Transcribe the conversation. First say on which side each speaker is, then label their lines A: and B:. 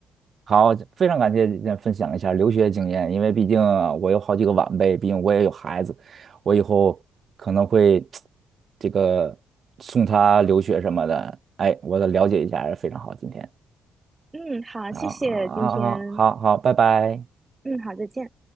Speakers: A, on the right (about 50°); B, on the right (about 20°).
A: 好，非常感谢今天分享一下留学经验，因为毕竟啊我有好几个晚辈，毕竟我也有孩子，我以后可能会这个送他留学什么的，哎，我得了解一下，非常好，今天，
B: 嗯，好，
A: 好，
B: 谢谢今天。
A: 好，好，好，好，拜拜。
B: 嗯，好，再见。